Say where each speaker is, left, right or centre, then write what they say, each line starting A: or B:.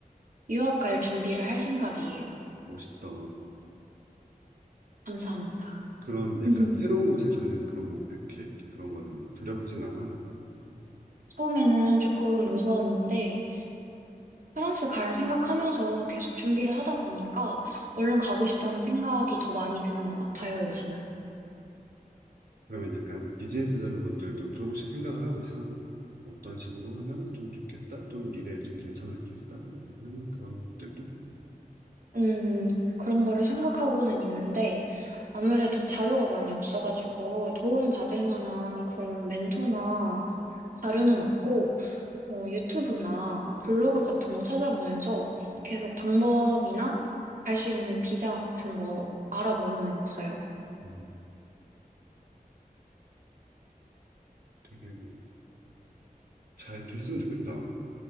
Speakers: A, on the right (about 60°); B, on the right (about 80°).
A: 유학 갈 준비를 할 생각이에요.
B: 멋있다.
A: 감사합니다.
B: 그런 약간
A: <laughs>
B: 새로운 곳에 가는 그런 목표 게- 그런 거는 두렵진 않아.
A: 처음에는 조금 무서웠는데 프랑스 갈 생각하면서 계속 준비를 하다 보니까 얼른 가고 싶다는 생각이 더 많이 드는 것 같아요, 요즘은.
B: 그러면 약간 비즈니스적인 것들도 조금씩 생각을 하고 있어. 어떤 식으로 하면 좀 좋겠다 또는 미래에 좀 괜찮겠다 약간 하는 그런 것들도
A: 음, 그런 거를 생각하고는 있는데, 아무래도 자료가 많이 없어가지고 도움 받을 만한 그런 멘토나 자료는 없고, 어, 유튜브나 블로그 같은 거 찾아보면서 계속 방법이나 갈 수 있는 비자 같은 거 알아보고는 있어요.
B: 음, 되게 잘 됐으면 좋겠다.